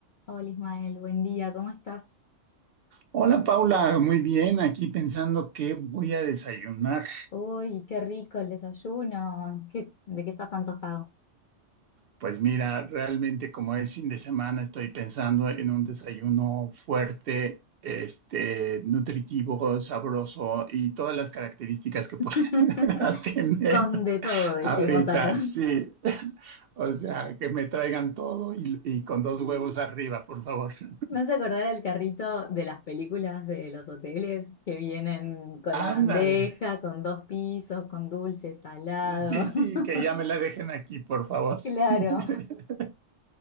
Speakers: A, on the left; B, on the right.
A: Hola Ismael, buen día, ¿cómo estás?
B: Hola Paula, muy bien, aquí pensando qué voy a desayunar.
A: Uy, qué rico el desayuno. ¿Qué- de qué estás antojado?
B: Pues mira, realmente como es fin de semana, estoy pensando en un desayuno fuerte, este, nutritivo, sabroso y todas las características que pueda
A: <laughs>
B: <laughs> tener
A: Con de todo, decimos
B: ahorita,
A: acá.
B: sí. O sea, que me traigan todo y, y con dos huevos arriba, por favor. <laughs>
A: Me hace acordar al carrito de las películas de los hoteles que vienen con la bandeja,
B: Ándale.
A: con dos pisos, con dulce, salado.
B: Sí, sí,
A: <laughs>
B: que ya me la dejen aquí, por favor.
A: Claro.
B: <laughs>